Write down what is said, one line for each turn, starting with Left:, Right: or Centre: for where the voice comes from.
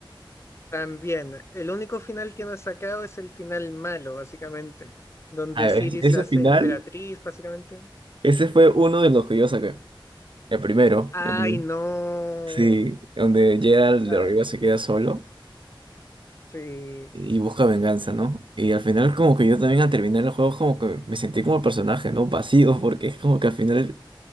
Left: También, el único final que no he sacado es el final malo, básicamente, donde
Right: A ver,
Left: Ciri
Right: es- ese
Left: se hace
Right: final,
Left: emperatriz, básicamente.
Right: ese fue uno de los que yo saqué. El primero.
Left: Ay,
Right: el-
Left: no.
Right: sí, donde Geralt
Left: Ah,
Right: de Rivia se queda solo.
Left: sí,
Right: y busca venganza, ¿no? Y al final como que yo también al terminar el juego como que me sentí como el personaje, ¿no? Vacío, <laughs> porque es como que al final